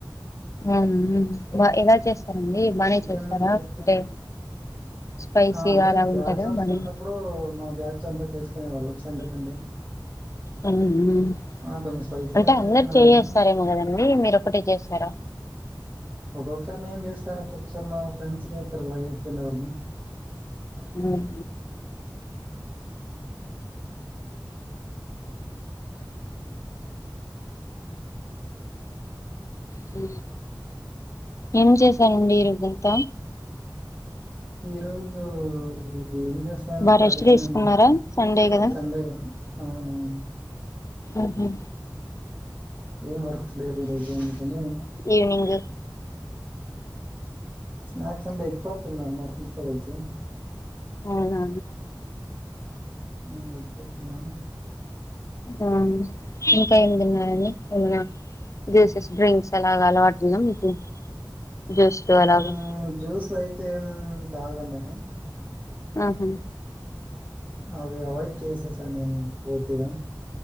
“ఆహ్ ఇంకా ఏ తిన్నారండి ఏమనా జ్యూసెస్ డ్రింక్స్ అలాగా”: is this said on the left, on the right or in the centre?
Left